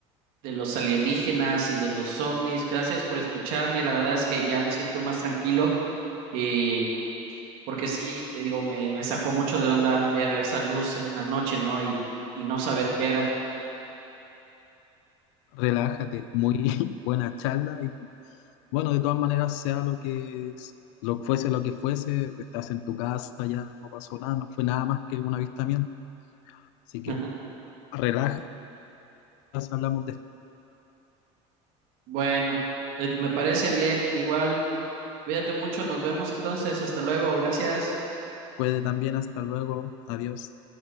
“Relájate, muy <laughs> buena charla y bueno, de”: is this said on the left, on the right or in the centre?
Left